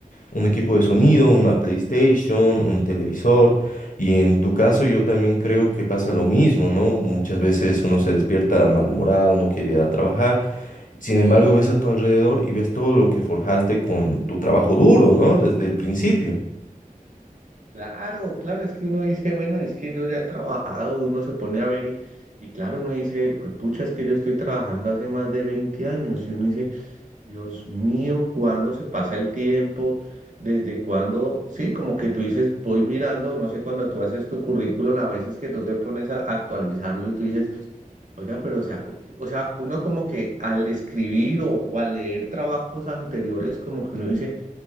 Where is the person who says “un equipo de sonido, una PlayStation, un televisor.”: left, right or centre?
Left